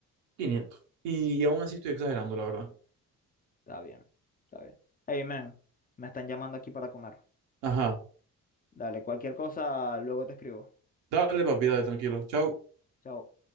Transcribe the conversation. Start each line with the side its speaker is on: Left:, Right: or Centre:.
Right: quinientos Y, y aún así estoy exagerando, la verdad.
Left: Está bien, está bien. Hey, man, me están llamando aquí para comer.
Right: Ajá.
Left: Dale, cualquier cosa, luego te escribo.
Right: Dale, papi, dale, tranquilo. Chao.
Left: Chao.